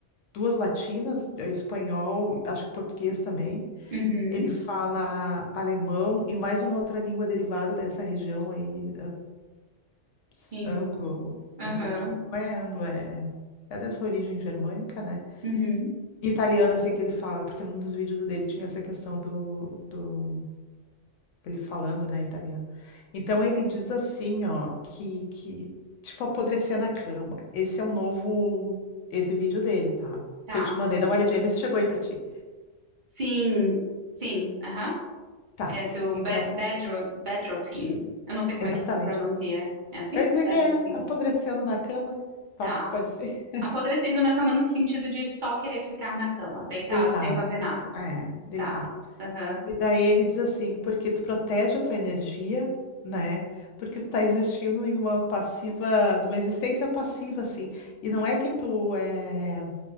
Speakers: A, on the left; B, on the right.
A: duas latinas, é espanhol, acho que português também.
B: Uhum,
A: Ele fala alemão e mais uma outra língua derivada dessa região aí, s-
B: sim,
A: anglo,
B: aham.
A: não sei o quê. Não é anglo, é, é é dessa origem germânica, né?
B: Uhum.
A: Italiano, eu sei que ele fala, porque num dos vídeos dele tinha essa questão do, do ele falando, né, italiano. Então ele diz assim, ó, que, que tipo apodrecer na cama. Esse é um novo, esse vídeo dele, tá?
B: Tá.
A: Que eu te mandei, dá uma olhadinha, vê se chegou aí pra ti.
B: Sim, sim, aham.
A: Tá.
B: É do
A: Então,
B: Be Bedro Bedrotin. Eu não sei como
A: exatamente.
B: é que pronuncia. É assim?
A: Eu ia dizer
B: Bedrotin.
A: que é apodrecendo na cama. Tu
B: Tá.
A: acha que pode ser?
B: Apodrecendo na cama no sentido de só querer ficar na cama, deitado,
A: Deitado.
B: sem fazer nada.
A: É, deitado.
B: Tá. Aham.
A: E daí ele diz assim, porque tu protege a tua energia, né? Porque tu tá existindo em uma passiva, numa existência passiva, assim. E não é que tu é